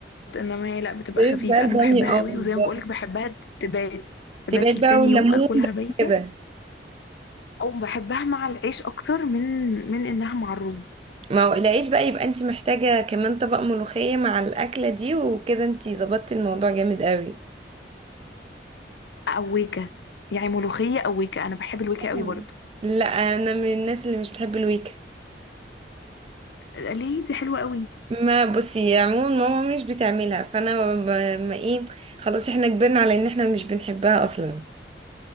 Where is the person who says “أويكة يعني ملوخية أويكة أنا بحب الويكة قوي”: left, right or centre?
Left